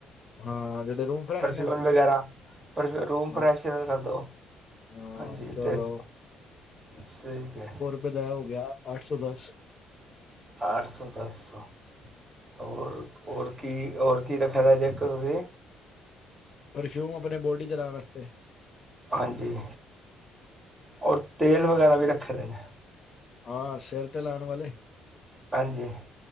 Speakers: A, on the left; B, on the right.
A: ਹਾਂ। ਰੂਮ ਫਰੈਸ਼ਨਰ
B: ਪਰਫਿਊਨ ਵਗੈਰਾ ਪਰਫ ਰੂਮ
A: ਹਾਂ
B: ਪ੍ਰੈਸ਼ਰ ਨਾ ਕਰ ਦੋ।
A: ਹਾਂ
B: ਹਾਂਜੀ
A: ਚਲੋ
B: ਤੇਸ ਸਹੀਕ ਐ।
A: ਓਦਾ ਐ ਹੋ ਗਿਆ ਆੱਠ ਸੌ ਦਸ
B: ਅੱਠ ਸੌ ਦਸ ਸੌ ਹੋਰ ਔਰ ਕੀ ਔਰ ਕੀ ਰੱਖੇਆ ਦਾ ਜੇ ਏੱਕ ਤੁਸੀ
A: ਪਰਫਿਊਮ ਆਪਣੇ ਬੋਡੀ ਚ ਲਾਉਣ ਵਾਸਤੇ
B: ਹਾਂਜੀ। ਔਰ ਤੇਲ ਵਗੈਰਾ ਵੀ ਰੱਖੇ ਦੇ ਨੇ।
A: ਆ ਸੇਰ ਤੇ ਲਾਨ ਵਾਲੇ?
B: ਹਾਂਜੀ।